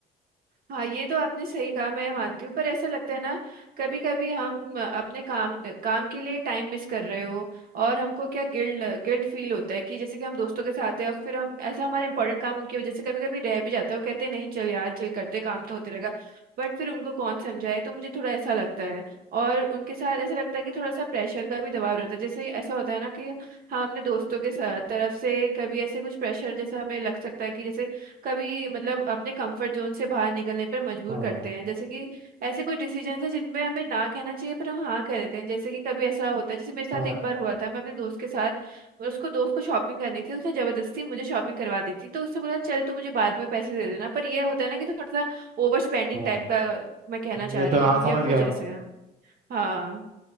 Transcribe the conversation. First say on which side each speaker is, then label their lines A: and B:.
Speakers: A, on the right; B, on the right.
A: हाँ ये तो आपने सही कहा मैं मानती हूँ पर ऐसा लगता है ना कभी कभी हम अपने काम काम के लिए टाइम मिस कर रहे हो और हमको क्या गिल्ड गिल्ट फील होता है कि जैसे कि हम दोस्तों के साथ है और फिर हम ऐसा हमारा इंपॉर्टेंट काम उनकी वजह से कभी कभी रह भी जाता है वो कहते हैं नहीं चल यार चल करते काम तो होते रहेगा बट फिर उनको कौन समझाए तो मुझे थोड़ा ऐसा लगता है और उनके साथ ऐसा लगता है कि थोड़ा सा प्रेशर का भी दबाव रहता है जैसे ऐसा होता है ना कि हम अपने दोस्तों के साथ तरफ से कभी ऐसे कुछ प्रेशर जैसा हमें लग सकता है कि जैसे कभी मतलब अपने कंफर्ट जोन से बाहर निकलने पर मजबूर
B: हाँ
A: करते हैं जैसे कि ऐसे कोई डिसीजन है जिनमें हमें ना कहना चाहिए पर हम हाँ कह देते हैं जैसे कि कभी ऐसा होता है जैसे मेरे साथ
B: हाँ
A: एक बार हुआ था मैं अपने दोस्त के साथ उसको दोस्त को शॉपिंग करनी थी उसने जबरदस्ती मुझे शॉपिंग करवा दी थी तो उससे बोला चल तू मुझे बाद में पैसे दे देना पर ये होता है ना कि थोड़ा सा ओवर स्पेंडिंग
B: हाँ
A: टाइप का मैं कहना चाह
B: ये तो
A: रही
B: हाँ
A: हूँ
B: समझ
A: या कुछ
B: गया
A: ऐसे है। हाँ